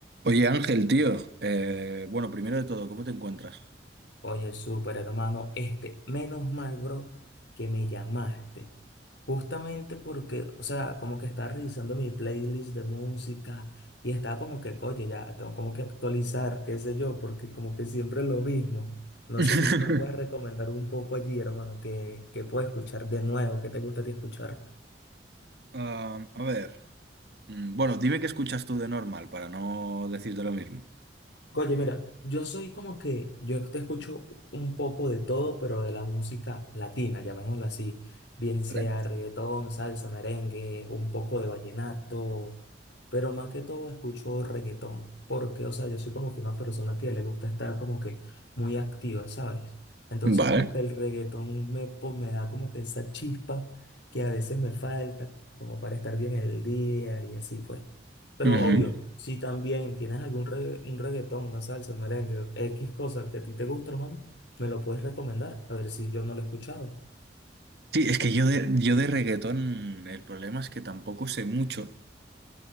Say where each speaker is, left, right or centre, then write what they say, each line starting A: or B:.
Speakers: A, on the right; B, on the left.
A: Oye Ángel, tío, eh, bueno, primero de todo, ¿cómo te encuentras?
B: Oye, súper hermano, este, menos mal, bro, que me llamaste. Justamente porque, o sea, como que estaba revisando mi playlist de música y estaba como que, oye, ya tengo como que actualizar, qué sé yo, porque como que siempre es lo mismo. No
A: <laughs>
B: sé si tú me puedes recomendar un poco allí, hermano, que, que puedo escuchar de nuevo, qué te gusta a ti escuchar.
A: Ah, a ver, mm, bueno, dime qué escuchas tú de normal para no decirte lo mismo.
B: Oye, mira, yo soy como que, yo te escucho un poco de todo, pero de la música latina, llamémosla así, bien sea
A: Vale.
B: reggaetón, salsa, merengue, un poco de vallenato, pero más que todo escucho reggaetón, porque, o sea, yo soy como que una persona que le gusta estar como que muy activa, ¿sabes? Entonces
A: Vale.
B: como que el reggaetón me, po- me da como que esa chispa que a veces me falta, como para estar bien el día y así, pues. Pero
A: Ujú.
B: obvio, si también tienes algún re- un reggaetón, una salsa, un merengue, X cosas que a ti te gusta, hermano, me lo puedes recomendar, a ver si yo no lo he escuchado.
A: Sí, es que yo de, yo de reggaetón, el problema es que tampoco sé mucho,